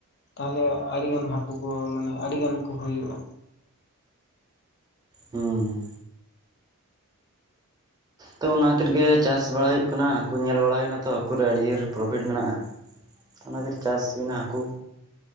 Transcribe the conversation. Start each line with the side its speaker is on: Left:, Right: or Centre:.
Left: ᱛᱟᱦᱚᱞᱮ ᱟᱹᱰᱤ ᱜᱟᱱ ᱦᱟᱹᱠᱩ ᱠᱚ ᱢᱟᱱᱮ ᱟᱹᱰᱤ ᱜᱟᱱ ᱠᱚ ᱦᱩᱭᱩᱜᱼᱟ
Right: ᱦᱩᱸᱢ ᱛᱚ ᱚᱱᱟ ᱠᱷᱟᱹᱛᱤᱨᱜ ᱜᱮ ᱪᱟᱥ ᱵᱟᱲᱟ ᱚᱱᱟ ᱚᱱᱟ ᱠᱷᱟᱹᱛᱤᱨ ᱜᱮ ᱪᱟᱥ ᱵᱟᱲᱟ ᱦᱩᱭᱩᱜ ᱠᱟᱱᱟ ᱦᱟᱹᱠᱩ ᱧᱮᱞ ᱵᱟᱲᱟ ᱦᱩᱭ ᱮᱱᱟ ᱛᱚ ᱦᱟᱹᱠᱩ ᱨᱮ ᱟᱹᱰᱤ ᱡᱩᱨ ᱯᱨᱚᱯᱷᱤᱴ ᱢᱮᱱᱟᱜᱼᱟ ᱚᱱᱟᱛᱮ ᱪᱟᱥ ᱦᱩᱭ ᱮᱱᱟ ᱦᱟᱹᱠᱩ